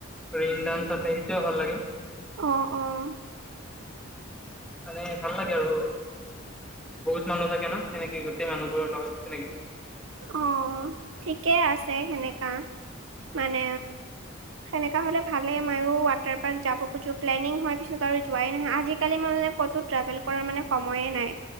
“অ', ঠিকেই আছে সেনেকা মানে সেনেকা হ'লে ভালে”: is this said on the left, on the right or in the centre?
Right